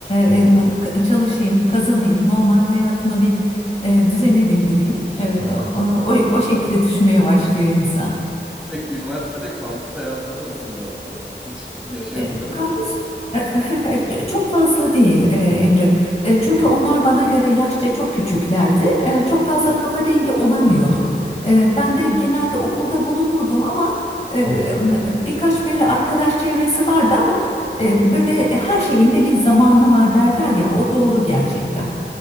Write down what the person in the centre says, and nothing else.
Hı.
Peki üniversitede kampüs hayatın nasıldı abla? Hiç yaşayabildin
mi?
Hı.
Hı.